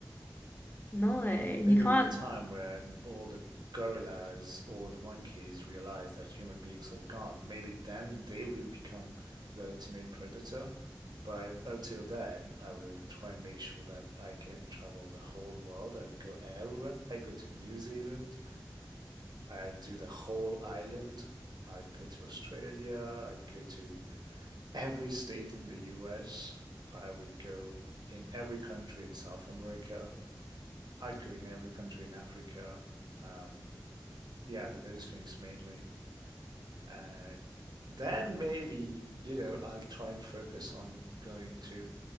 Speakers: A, on the left (about 25°); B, on the right (about 65°).
A: No, you
B: maybe
A: can't.
B: with time when all the gorillas or the monkeys realize that human beings are gone, maybe then they will become the ultimate predator. But until then, I will try and make sure that I can travel the whole world. I'll go everywhere. I go to New Zealand. I'll do the whole island. I'd go to Australia. I'd go to every state in the US. I would go in every country in South America. I'd go in every country in Africa. Um, yeah, those things mainly. And then maybe, you know, I'll try and focus on going to